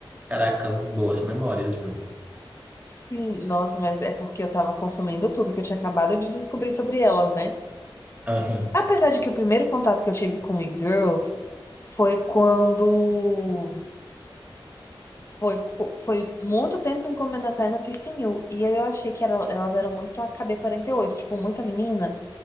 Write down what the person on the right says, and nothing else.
caraca, boas memórias, viu?
Aham.